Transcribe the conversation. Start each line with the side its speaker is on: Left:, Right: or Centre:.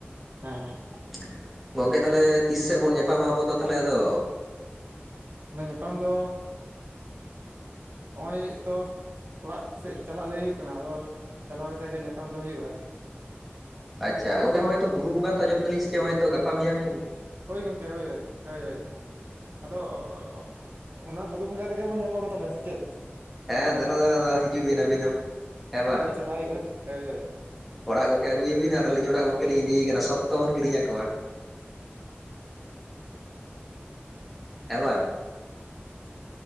Right: ᱦᱮᱸ ᱦᱮᱸ
Centre: <unintelligible> ᱜᱚᱢᱠᱮ ᱛᱟᱦᱚᱞᱮ ᱛᱤᱥ ᱥᱮᱜ ᱵᱚᱱ ᱧᱟᱯᱟᱢᱟ ᱟᱵᱚ ᱫᱚ ᱛᱟᱦᱚᱞᱮ ᱟᱫᱚ?
Right: ᱧᱟᱯᱟᱢ ᱫᱚ ᱱᱚᱜᱼᱚᱭ ᱛᱚ ᱚᱲᱟᱜ ᱥᱮᱜ ᱪᱟᱞᱟᱜ ᱞᱟᱹᱭ ᱦᱩᱭᱩᱜ ᱠᱟᱱᱟ ᱟᱫᱚ ᱪᱟᱞᱟᱣ ᱠᱟᱛᱮ ᱜᱮ ᱧᱟᱯᱟᱢ ᱫᱚ ᱦᱩᱭᱩᱜᱼᱟ
Centre: ᱟᱪᱪᱷᱟ ᱜᱚᱢᱠᱮ ᱦᱚᱸᱜᱼᱚᱭ ᱛᱚ ᱵᱩᱨᱩ ᱵᱚᱸᱜᱟ ᱛᱚ ᱟᱸᱡᱚᱢ ᱮᱫᱟᱞᱤᱧ ᱪᱮᱜ ᱜᱟᱯᱟ ᱢᱮᱸᱭᱟᱝ
Right: ᱦᱳᱭ ᱜᱚᱢᱠᱮ ᱦᱳᱭ ᱦᱳᱭ ᱦᱳᱭ ᱦᱳᱭ ᱟᱫᱚ <unintelligible> ᱚᱱᱟ ᱵᱩᱨᱩ ᱵᱚᱸᱜᱟ ᱨᱮᱜᱮ ᱵᱚᱱ ᱧᱟᱯᱟᱢᱟ ᱛᱟᱦᱞᱮ ᱥᱮ ᱪᱮᱫ?
Centre: ᱦᱮᱸ ᱫᱮᱞᱟ ᱫᱮᱞᱟ ᱦᱤᱡᱩᱜ ᱵᱤᱱ ᱟᱹᱵᱤᱱ ᱦᱚᱸ ᱦᱮᱸ ᱵᱟᱝ
Right: ᱪᱟᱞᱟᱣ ᱦᱩᱭᱩᱜᱼᱟ ᱦᱳᱭ ᱦᱳᱭ
Centre: ᱚᱲᱟᱜ ᱜᱚᱝᱠᱮ ᱟᱜᱩᱭᱮᱵᱤᱱ ᱟᱨ ᱟᱹᱞᱤᱧ ᱚᱲᱟᱜ ᱜᱚᱝᱠᱮᱞᱤᱧ ᱤᱫᱤᱭᱮᱠᱟᱱᱟ ᱥᱚᱠᱛᱚ ᱵᱚᱱ ᱠᱤᱨᱤᱧ ᱟᱠᱚᱣᱟ ᱦᱮᱸ ᱵᱟᱝ